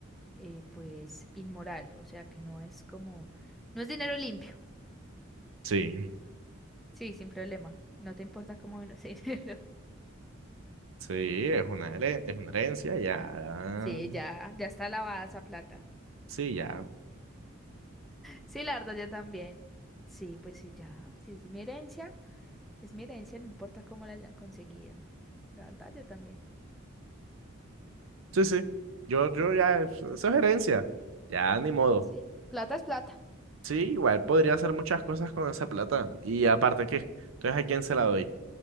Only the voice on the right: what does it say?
Sí.
Sí, es una, here- es una herencia, ya.
Sí, ya.
Sí, sí. Yo, yo ya, eso es herencia. Ya, ni modo.
Sí, igual podría hacer muchas cosas con esa plata. Y aparte, ¿qué? Entonces, ¿a quién se la doy?